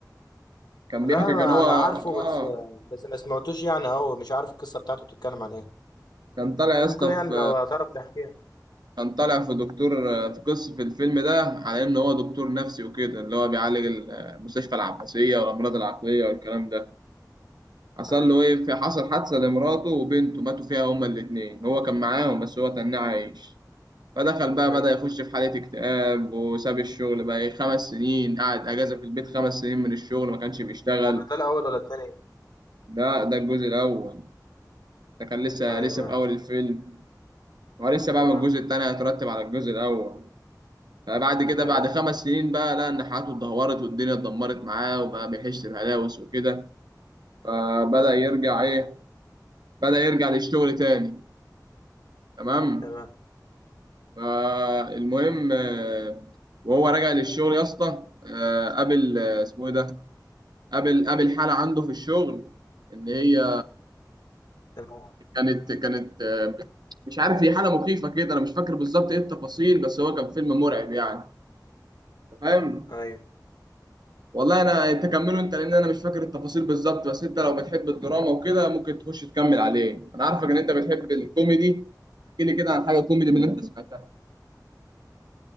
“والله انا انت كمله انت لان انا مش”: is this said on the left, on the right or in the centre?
Right